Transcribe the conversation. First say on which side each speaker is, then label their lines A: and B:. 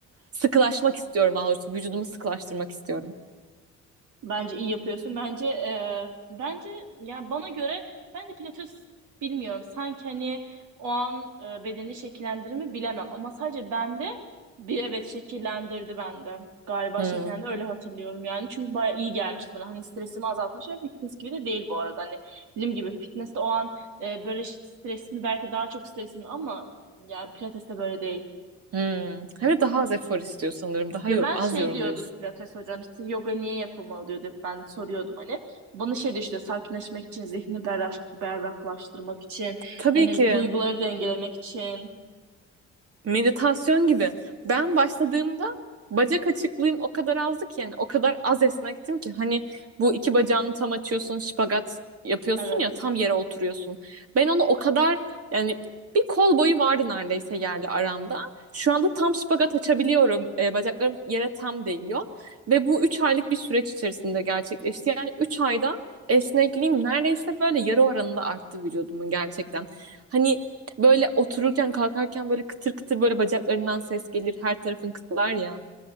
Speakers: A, on the right (about 50°); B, on the right (about 85°).
A: Sıkılaşmak istiyorum daha doğrusu. Vücudumu sıkılaştırmak istiyorum.
B: Bence iyi yapıyorsun. Bence e, bence ya bana göre bence pilates bilmiyorum. Sanki hani o an e, bedeni şekillendirir mi bilemem ama sadece bende bir evet şekillendirdi bende. Galiba
A: Hmm.
B: şekillendi öyle hatırlıyorum yani. Çünkü baya iyi gelmişti bana. Hani stresimi azaltmış ve fitness gibi de değil bu arada. Hani dediğim gibi fitness de o an e, böyle stresini belki daha çok stresini ama yani pilates de böyle değil.
A: Hmm. Hem de daha az efor istiyor sanırım. Daha
B: Ya
A: yor
B: ben
A: az
B: şey
A: yoruluyorsun.
B: diyordum pilates hocam işte yoga niye yapılmalı diyordu hep ben soruyordum hani. Bana şey diyor işte sakinleşmek için, zihni berrak, berraklaştırmak için,
A: Tabii
B: yani
A: ki.
B: duyguları dengelemek için.
A: Meditasyon gibi. Ben başladığımda bacak açıklığım o kadar azdı ki yani o kadar az esnektim ki hani bu iki bacağını tam açıyorsun, şipagat yapıyorsun
B: Evet,
A: ya tam yere oturuyorsun. Ben onu o kadar yani bir kol boyu vardı neredeyse yerle aramda. Şu anda tam şipagat açabiliyorum. E, bacaklarım yere tam değiyor. Ve bu 3 aylık bir süreç içerisinde gerçekleşti. Yani 3 ayda esnekliğim neredeyse böyle yarı oranında arttı vücudumun gerçekten. Hani Böyle otururken kalkarken böyle kıtır kıtır böyle bacaklarından ses gelir. Her tarafın kıtlar ya.